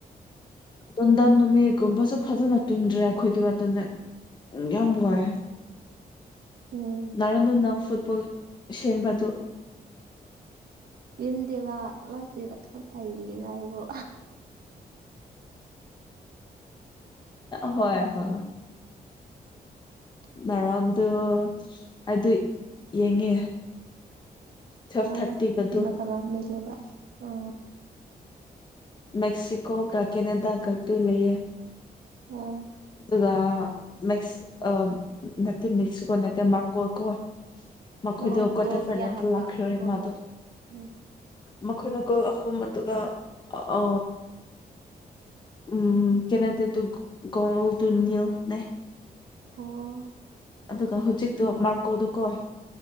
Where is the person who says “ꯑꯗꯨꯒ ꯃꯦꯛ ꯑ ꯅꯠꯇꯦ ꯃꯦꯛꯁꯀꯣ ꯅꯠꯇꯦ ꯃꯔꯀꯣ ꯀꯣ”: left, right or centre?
Left